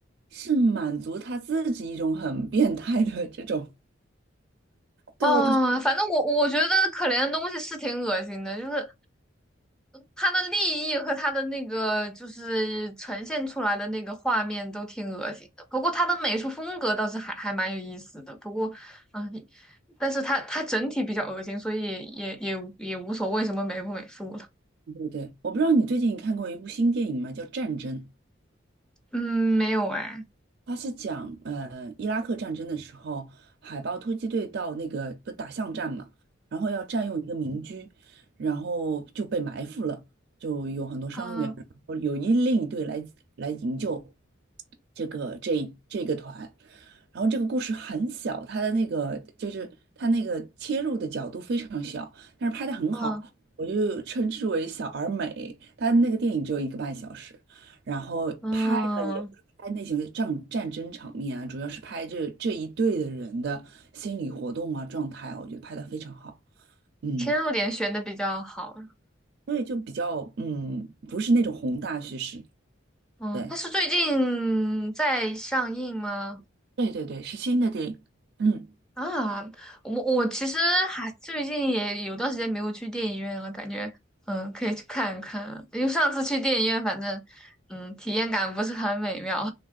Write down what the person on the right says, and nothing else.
是满足他自己一种很变态的这种。
对，我不知，
对对，我不知道你最近看过一部新电影吗？叫《战争》。
他是讲，呃，伊拉克战争的时候，海豹突击队到那个不打巷战嘛，然后要占用一个民居，然后就被埋伏了，就有很多伤员，
然后有一另一队来来营救这个这一这个团，然后这个故事很小，他的那个就是他那个切入的角度非常小，但是拍的很好，
我就称之为小而美。他那个电影只有一个半小时。然后拍的也不是拍那些战战争场面啊，
主要是拍这这一队的人的心理活动啊、状态啊，我觉得拍的非常好。嗯，
所以就比较嗯，不是那种宏大叙事。
对，
对对对，是新的电影。嗯，